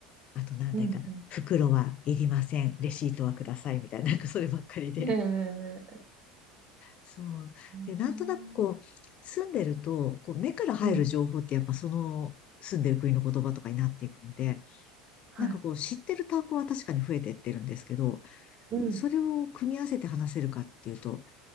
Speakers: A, on the left; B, on the right.
A: な。あと何でかな。
B: うん。うん。
A: 袋はいりません。レシートはくださいみたいな。なんかそればっかりで。
B: え
A: そう。
B: ー
A: で、なんとなくこう、住んでると、こう、目から入る情報ってやっぱその、
B: うん。
A: 住んでる国の言葉とかになっていくので、
B: はい。
A: なんかこう、知ってる単語は確かに増えてってるんですけど、
B: うん。
A: それを組み合わせて話せるかっていうと、